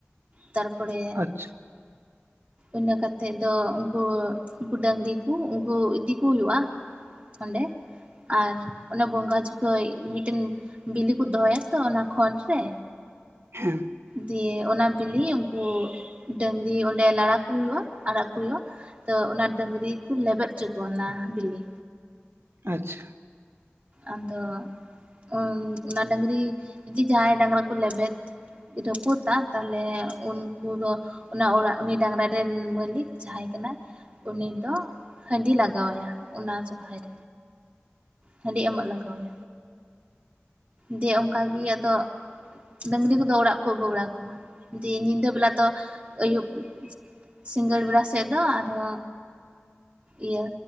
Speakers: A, on the right (about 35°); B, on the right (about 65°).
A: ᱛᱟᱨ ᱯᱚᱨᱮ
B: ᱟᱪᱪᱷᱟ
A: ᱤᱱᱟᱹ ᱠᱟᱛᱮᱫ ᱫᱚ ᱩᱱᱠᱩᱣᱟᱹᱜ ᱩᱱᱠᱩ ᱰᱟᱹᱝᱨᱤ ᱠᱚ ᱩᱱᱠᱩ ᱤᱫᱤ ᱠᱚ ᱦᱩᱭᱩᱜᱼᱟ᱾ ᱚᱸᱰᱮ ᱟᱨ ᱚᱱᱟ ᱵᱚᱸᱜᱟ ᱡᱚᱠᱷᱮᱡ ᱢᱤᱫᱴᱮᱱ ᱵᱤᱞᱤ ᱠᱚ ᱫᱚᱦᱚᱭᱟ ᱛᱚ ᱚᱱᱟ ᱠᱷᱚᱱᱡ ᱛᱮ
B: ᱦᱮᱸ
A: ᱫᱤᱭᱮ ᱚᱱᱟ ᱵᱤᱞᱤ ᱩᱱᱠᱩ ᱰᱟᱝᱨᱤ ᱚᱸᱰᱮ ᱞᱟᱲᱟᱠᱩ ᱦᱩᱭᱩᱜᱼᱟ ᱟᱲᱟᱜ ᱠᱚ ᱦᱩᱭᱩᱜᱼᱟ᱾ ᱛᱚ ᱚᱱᱟ ᱫᱟᱹᱝᱨᱤ ᱜᱤᱠᱚ ᱞᱮᱵᱮᱫ ᱪᱚ ᱠᱚᱣᱟ ᱚᱱᱟ ᱵᱤᱞᱤ
B: ᱟᱪᱪᱷᱟ
A: ᱟᱫᱚ ᱚᱱ ᱚᱱᱟ ᱰᱟᱹᱝᱨᱤ ᱡᱤ ᱡᱟᱦᱟᱸᱭ ᱰᱟᱝᱨᱟ ᱠᱚ ᱞᱮᱵᱮᱫ ᱨᱟᱹᱯᱩᱛᱟ ᱛᱟᱦᱚᱞᱮ ᱩᱱᱠᱩ ᱫᱚ ᱚᱱᱟ ᱚᱲᱟᱜ ᱩᱱᱤ ᱰᱟᱝᱨᱟ ᱨᱮᱱ ᱢᱟᱹᱞᱤᱠ ᱡᱟᱦᱟᱸᱭ ᱠᱟᱱᱟᱭ ᱩᱱᱤ ᱫᱚ ᱦᱟᱺᱰᱤ ᱞᱟᱜᱟᱣ ᱟᱭᱟ ᱚᱱᱟ ᱡᱚᱪᱦᱚᱡ ᱦᱟᱺᱰᱤ ᱮᱢᱚᱜ ᱞᱟᱜᱟᱣ ᱟᱭᱟ ᱫᱤᱭᱮ ᱚᱱᱠᱟ ᱜᱮ ᱟᱫᱚ ᱰᱟᱹᱝᱞᱤ ᱠᱚ ᱫᱚ ᱚᱲᱟᱜ ᱠᱚ ᱟᱹᱜᱩ ᱵᱟᱲᱟ ᱠᱚᱣᱟ ᱫᱤᱭᱮ ᱧᱤᱫᱟᱹ ᱵᱮᱞᱟ ᱫᱚ ᱟᱹᱭᱩᱵ ᱥᱤᱸᱜᱟᱹᱲ ᱵᱮᱲᱟ ᱥᱮᱫ ᱫᱚ ᱟᱫᱚ ᱤᱭᱟᱹ